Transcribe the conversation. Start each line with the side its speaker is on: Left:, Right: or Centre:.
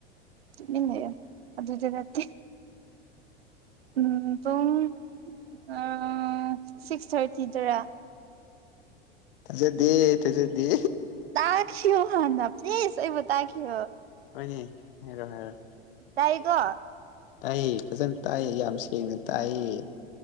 Right: ꯇꯨꯃꯤꯟ ꯂꯩꯌꯣ ꯑꯗꯨꯗꯤ ꯅꯠꯇꯦ ꯎꯝ ꯄꯨꯡ ꯑ ꯁꯤꯛꯁ ꯊꯥꯔꯇꯤꯗꯔꯥ
Left: ꯊꯥꯖꯗꯦ ꯊꯥꯖꯗꯦ
Right: ꯇꯥꯈꯤꯌꯣ ꯍꯥꯟꯅ ꯄ꯭ꯂꯤꯖ ꯑꯩꯕꯨ ꯇꯥꯈꯤꯌꯣ
Left: ꯍꯣꯏꯅꯦ ꯍꯥꯏꯔꯣ ꯍꯥꯏꯔꯣ
Right: ꯇꯥꯏꯀꯣ
Left: ꯇꯥꯏꯌꯦ ꯐꯖꯅ ꯇꯥꯏ ꯌꯥꯝ ꯁꯦꯡꯅ ꯇꯥꯏꯌꯦ